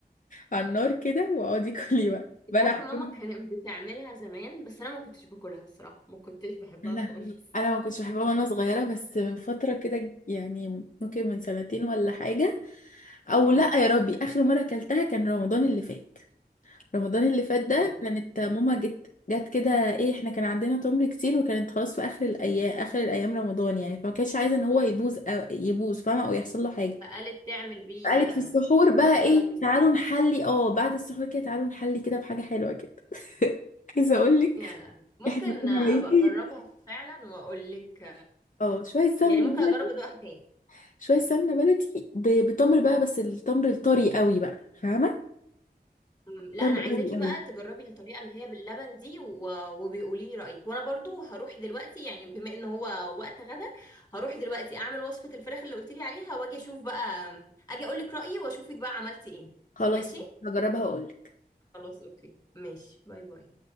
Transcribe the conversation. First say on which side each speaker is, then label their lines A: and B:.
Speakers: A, on the left; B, on the left.
A: على النار كده واقعدي كلي بقى
B: انت
A: بلح
B: عارفة ماما
A: كده
B: كانت <laughs> بتعملها زمان بس انا ما كنتش باكلها الصراحة ما كنتش بحبها
A: يا لهوي
B: خالص
A: انا ما كنتش بحبها وانا صغيرة بس من فترة كده يعني ممكن من سنتين ولا حاجة او
B: امم
A: لا يا ربي اخر مرة اكلتها كان رمضان اللي فات رمضان اللي فات ده
B: ايوه
A: كانت ماما جت جت كده ايه احنا كان عندنا تمر كتير وكانت خلاص في اخر الايام اخر الايام رمضان يعني فما كانتش عايزه ان هو يبوظ أو يبوظ فاهمه او يحصل له حاجه
B: فقالت تعمل بيه
A: قالت في السحور بقى
B: بلح
A: ايه
B: بالصوص
A: تعالوا نحلي اه بعد السحور كده تعالوا نحلي كده بحاجه حلوه كده <laughs> عايزه اقول لك
B: يا لهوي ممكن
A: احنا كنا
B: ابقى
A: ميتين
B: اجربها فعلا واقول لك
A: اه شويه سمنه
B: يعني ممكن
A: بلدي
B: اجرب ادوقها تاني
A: شويه سمنه بلدي ب- بتمر بقى بس التمر الطري قوي بقى فاهمه
B: أمم، لا
A: طري
B: انا عايزاكي
A: قوي قوي
B: بقى تجربي الطريقه اللي هي باللبن دي و... وبيقولي لي رايك وانا برضو هروح دلوقتي يعني بما ان هو وقت غدا هروح دلوقتي اعمل وصفه الفراخ اللي قلت لي عليها واجي اشوف بقى اجي اقول لك رايي واشوفك بقى عملتي ايه
A: خلاص
B: ماشي
A: هجربها اقول لك
B: خلاص اوكي ماشي باي باي